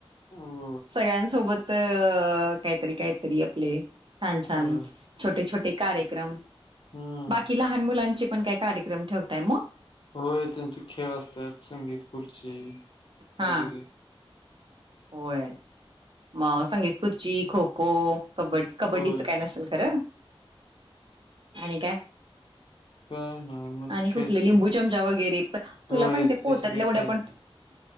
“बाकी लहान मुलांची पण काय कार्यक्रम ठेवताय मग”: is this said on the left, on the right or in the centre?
Right